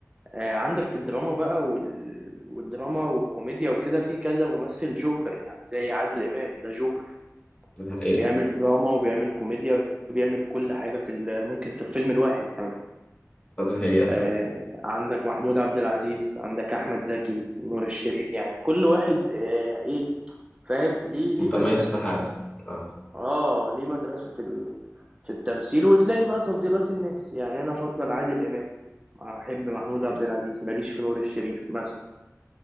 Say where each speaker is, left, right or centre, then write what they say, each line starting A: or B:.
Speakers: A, on the right (about 20°); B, on the left (about 20°).
A: آه، عندك في الدراما بقى وال... والدراما والكوميديا وكده في كذا ممثل جوكر يعني زي عادل إمام ده جوكر
B: ده حقيقة
A: بيعمل دراما وبيعمل كوميديا بيعمل كل حاجة في ال- ممكن في الفيلم الواحد كمان
B: آه، ده حقيقة فعلا
A: آه عندك محمود عبد العزيز عندك أحمد زكي نور الشريف يعني كل واحد آه إيه فاهم ليه ليه
B: متميز
A: مدرسة
B: في حاجة اه
A: آه ليه مدرسة في ال... في التمثيل وتلاقي بقى تفضيلات الناس يعني أنا أفضل عادل إمام أحب محمود عبد العزيز ماليش في نور الشريف مثلا